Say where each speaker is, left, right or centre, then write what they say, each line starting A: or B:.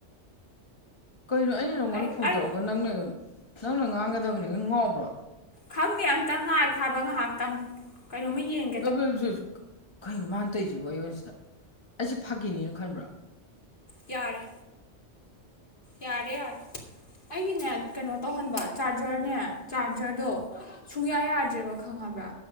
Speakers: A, on the left; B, on the left.
A: ꯀꯩꯅꯣ ꯑꯩꯅ ꯅꯉꯣꯟꯗ
B: ꯑꯩ
A: ꯐꯣꯟ
B: ꯑꯩ
A: ꯇꯧꯔꯛꯒ ꯅꯪꯅ ꯑꯩꯉꯣꯟ ꯅꯪꯅ ꯉꯥꯡꯒꯗꯕꯅꯤ ꯅꯪ ꯉꯥꯎꯕ꯭ꯔꯣ
B: ꯈꯪꯉꯦ ꯑꯝꯇ ꯉꯥꯏꯈꯣ ꯍꯥꯏꯕ ꯉꯥꯏꯍꯥꯛꯇꯪ ꯀꯩꯅꯣꯃ ꯌꯦꯡ
A: <unintelligible> ꯀꯩꯅꯣ ꯃꯥꯟ ꯇꯧꯔꯤꯁꯤꯕꯣ ꯑꯩꯉꯣꯟꯁꯤꯗ ꯑꯩꯁꯤ ꯐꯥꯒꯤꯅꯤꯅ ꯈꯟꯕ꯭ꯔꯣ
B: ꯌꯥꯔꯦ ꯌꯥꯔꯦ ꯌꯥꯔꯦ ꯑꯩꯒꯤꯅꯦ ꯀꯩꯅꯣ ꯇꯧꯍꯟꯕ ꯆꯥꯔꯖꯔꯅꯦ ꯆꯥꯔꯖꯔꯗꯣ ꯁꯨꯡꯌꯥ ꯌꯥꯗ꯭ꯔꯦꯕ ꯈꯪꯉꯕ꯭ꯔꯥ